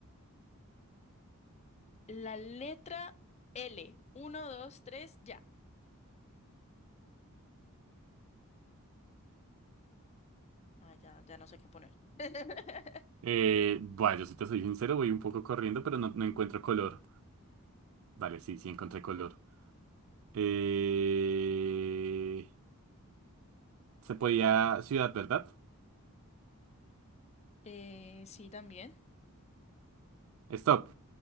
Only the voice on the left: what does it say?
La letra L. uno dos tres ya. Ah, ya, ya no sé qué poner. <laughs>
Eh, sí, también.